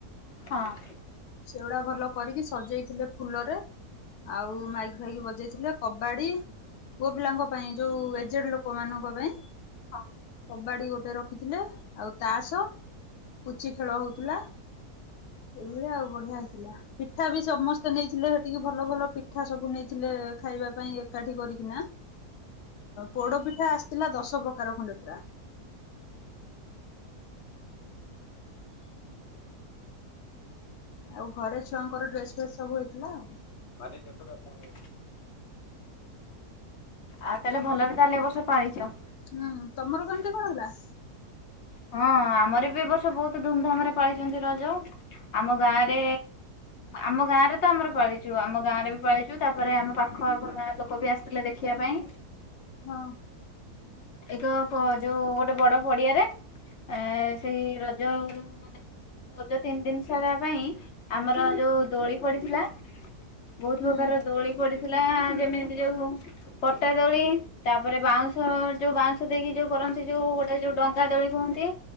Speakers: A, on the left; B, on the left.
A: ହଁ।
B: ସେଗୁଡା ଭଲ କରିକି ସଜେଇଥିଲେ ଫୁଲରେ। ଆଉ ମାଇକ୍ ଫାଇକ୍ ବଜେଇଥିଲେ କବାଡି ପୁଅ ପିଲାଙ୍କ ପାଇଁ ଯୋଉ ଏଜେଡ୍‌ ଲୋକ ମାନଙ୍କ ପାଇଁ।
A: ଆଚ୍ଛା
B: କବାଡି ଗୋଟେ ରଖିଥିଲେ ଆଉ ତା ସହ ପୁଚି ଖେଳ ହଉଥିଲା। ଏଇଭଳିଆ ଆଉ ବଢିଆ ହେଇଥିଲା। ପିଠା ବି ସମସ୍ତେ ନେଇଥିଲେ ସେଠିକି ଭଲ ଭଲ ପିଠା ସବୁ ନେଇଥିଲେ ଖାଇବା ପାଇଁ ଏକାଠି କରିକିନା। ପୋଡପିଠା ଆସିଥିଲା ଦଶ ପ୍ରକାର ଖଣ୍ଡେ ପୁରା। ଆଉ ଘରେ ଛୁଆଙ୍କର ଡ୍ରେସ ଫ୍ରେସ୍ ସବୁ ହେଇଥିଲା ଆଉ।
A: ମାନି ଦେଖୁଥା ଫୁଣି ଆଉ ତାହେଲେ ଭଲରେ ତାହଲେ ଏ ବର୍ଷ ପାଳିଛ।
B: ହୁଁ ତମର କେମିତି କଣ ହେଲା।
A: ହଁ ଆମର ବି ଏବ ବର୍ଷ ବହୁତ୍ ଧୁମ୍ ଧାମ୍ ରେ ପାଳିଚନ୍ତି ରଜ ଆମ ଗାଁ ରେ ଆମ ଗାଁରେ ତ ଆମର ପାଳିଛୁ ଆମ ଗାଁରେ ବି ପାଳିଛୁ ତାପରେ ଆମ ପାଖ ଆଖ ଗାଁ ଲୋକ ଲୋକ ବି ଆସିଥିଲେ ଦେଖିବା ପାଇଁ।
B: ହଁ।
A: ଏକ କ ଯୋଉ ଗୋଟେ ବଡ ପଡିଆରେ ଆ ସେଇ ରଜ ମାନେ ରଜ ତିନି ଦିନ୍ ସାରା ପାଇଁ ଆମର ଯୋଉ ଦୋଳି ପଡିଥିଲା। ବହୁତ୍
B: ହୁଁ
A: ପ୍ରକାର ର ଦୋଳି ପଡି ଥିଲା ଯେମିତି ଯୋଉ ହଉ ପଟା ଦୋଳି ତାପରେ ବାଉଁଶ ଯୋଉ ବାଉଁଶ ଦେଇକି ଯୋଉ କରନ୍ତି ଯୋଉ ଗୋଟେ ଯୋଉ ଡଙ୍ଗା ଦୋଳି କୁହନ୍ତି